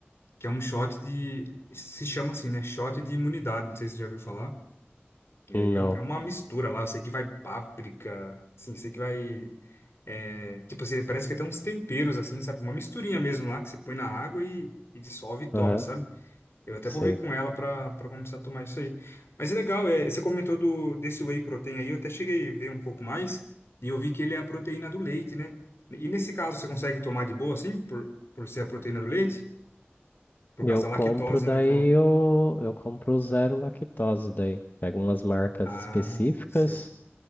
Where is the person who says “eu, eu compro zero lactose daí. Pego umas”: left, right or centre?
Left